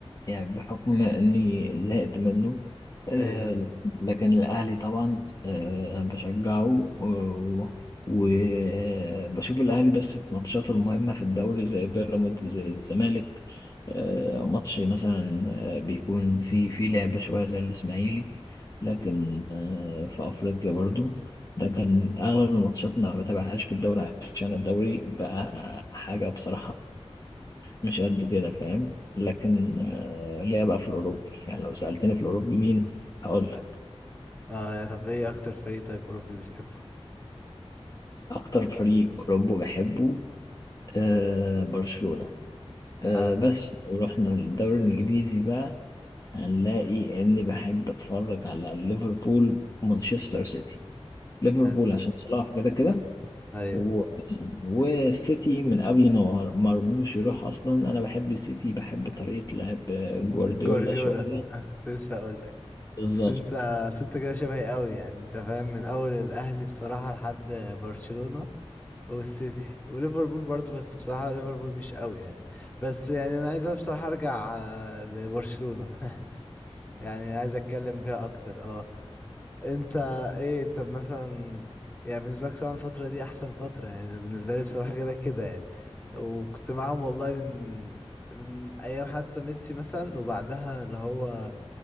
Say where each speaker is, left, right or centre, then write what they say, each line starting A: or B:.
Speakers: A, on the left; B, on the left.
A: يعني بحكم اني زهقت منه آه،
B: ايوه
A: لكن الاهلي طبعا آه، بشجعه و- وبشوف الاهلي بس في ماتشاته المهمه في الدوري زي بيراميدز زي الزمالك آه، ماتش مثلا آه، بيكون في في لعبه شويه زي الاسماعيلي لكن
B: <laughs>
A: آه، في افريقيا برضو لكن اغلب الماتشات ما بتابعهاش في الدوري عشان الدوري بقى حاجة بصراحة مش قد كده فاهم لكن آه، ليا بقى في الأوروبي يعني لو سألتني في الأوروبي مين هقول لك
B: اه يا طب ايه اكتر فريق طيب اوروبي بتحبه
A: أكتر فريق أوروبي بحبه آه، برشلونة آه،
B: اه
A: بس لو رحنا للدوري الإنجليزي بقى هنلاقي إني بحب أتفرج على ليفربول ومانشستر سيتي ليفربول
B: أن...
A: عشان صلاح كده كده
B: ايوه
A: و... والسيتي من قبل ما مرموش يروح اصلا انا بحب السيتي بحب طريقة لعب جوارديولا
B: جوارديولا
A: شوية
B: أنا كنت لسه اقول لك
A: بالظبط
B: بس انت بس انت كده شبهي قوي يعني انت فاهم من اول الاهلي بصراحة لحد برشلونة والسيتي وليفربول برضو بس بصراحة ليفربول مش قوي يعني بس يعني انا عايز بصراحة ارجع آه، لبرشلونة <laughs> يعني عايز اتكلم فيها اكتر اه انت ايه انت مثلا يعني بالنسبه لك طبعا الفتره دي احسن فتره يعني أنا بالنسبه لي بصراحه كده كده يعني وكنت معاهم والله من من ايام حتى ميسي مثلا وبعدها اللي هو